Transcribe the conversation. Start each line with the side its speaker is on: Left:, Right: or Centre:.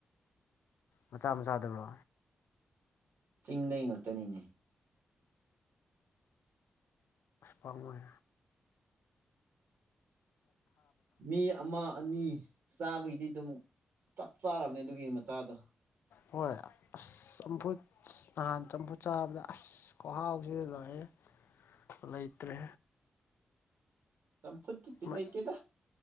Left: ꯃꯆꯥ ꯃꯆꯥꯗꯧꯔꯣ
Right: ꯆꯤꯡꯗ ꯉꯥꯛꯛꯇꯅꯤꯅꯦ
Left: ꯁꯄꯣꯏ
Right: ꯃꯤ ꯑꯃ ꯑꯅꯤ ꯆꯥꯕꯒꯤꯗꯤ ꯑꯗꯨꯝ ꯆꯞ ꯆꯥꯔꯕꯅꯦ ꯑꯗꯨꯒꯤ ꯃꯆꯥꯗꯣ
Left: ꯍꯣꯏ ꯑꯁ ꯆꯝꯐꯨꯠ ꯑ ꯅꯍꯥꯟ ꯆꯝꯐꯨꯠ ꯆꯥꯕꯗ ꯑꯁ ꯈꯍꯥꯎꯁꯤꯗ ꯂꯣꯏ ꯑꯩ ꯂꯩꯇ꯭ꯔꯦ
Right: ꯆꯝꯐꯨꯠꯇꯤ ꯕꯤꯠ
Left: ꯃ
Right: ꯂꯩꯇꯦꯗ